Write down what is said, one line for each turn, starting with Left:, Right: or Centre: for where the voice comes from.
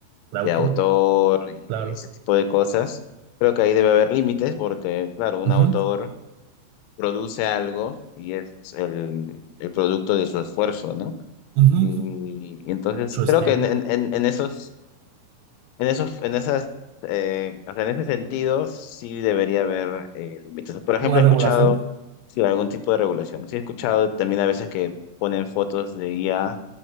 Right: El
Left: de
Right: autor,
Left: autor y
Right: claro.
Left: ese tipo de cosas. Creo que ahí debe haber límites porque, claro, un
Right: Ujú,
Left: autor produce algo y es el, el producto de su esfuerzo, ¿no?
Right: ujú,
Left: Y,
Right: ujú.
Left: y entonces
Right: Su estilo.
Left: creo que en, en, en- en esos, en esos, en esas, eh, o sea, en ese sentido sí debería haber eh, límites. Por ejemplo,
Right: Una regulación.
Left: he escuchado sí, algún tipo de regulación. Sí, he escuchado también a veces que ponen fotos de IA